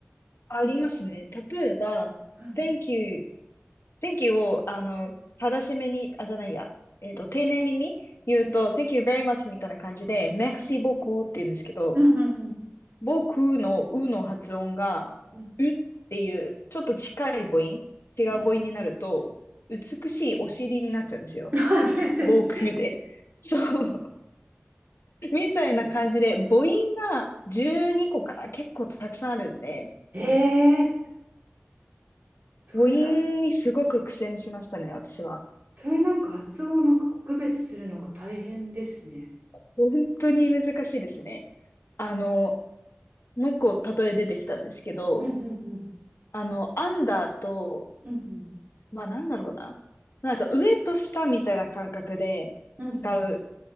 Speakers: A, on the left; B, on the right.
A: ありますね。例えば、
B: うん。
A: thank you, thank you を、あの、正しめに、あ、じゃないや、えっと、丁寧めに言うと、
B: う
A: thank you very much みたいな感じで、merci
B: ん
A: beaucoup って言うんですけど、
B: うんうんうんうん
A: 僕のうの発音が、
B: うん
A: うっていう、ちょっと近い母音、違う母音になると、
B: うんうん、
A: 美しいお尻になっちゃうんですよ。
B: <laughs> 全然ち。
A: 防空で。そう。<laughs> みたいな感じで、母音が12個かな結構たくさんあるんで、
B: ええそれは、
A: 母音にすごく苦戦しましたね、私は。
B: それなんか発音をなんか区別するのが大変ですね。
A: 本当に難しいですね。あの、もう一個例え出てきたんですけど、
B: うんうんうん
A: あの、アンダーと、
B: うん
A: まあなんだろうな。なんか上と下みたいな感覚で使う
B: うんうんうん